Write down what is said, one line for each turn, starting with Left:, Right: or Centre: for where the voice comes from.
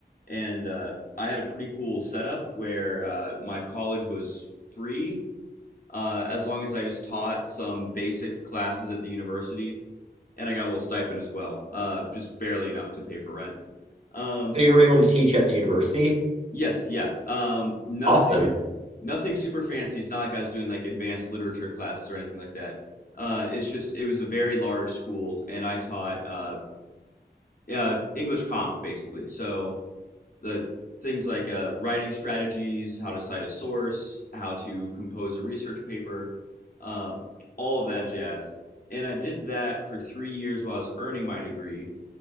Left: and uh, I had a pretty cool setup where uh, my college was free uh, as long as I just taught some basic classes at the university, and I got a little stipend as well, uh, just barely enough to pay for rent. Um,
Right: So you were able to teach at the university?
Left: Yes, yeah. Um, nothing,
Right: Awesome.
Left: nothing super fancy. It's not like I was doing like advanced literature classes or anything like that. Uh, it's just it was a very large school, and I taught uh, uh, English comp basically. So the things like uh, writing strategies, how to cite a source, how to compose a research paper, uh, all of that jazz. And I did that for three years while I was earning my degree.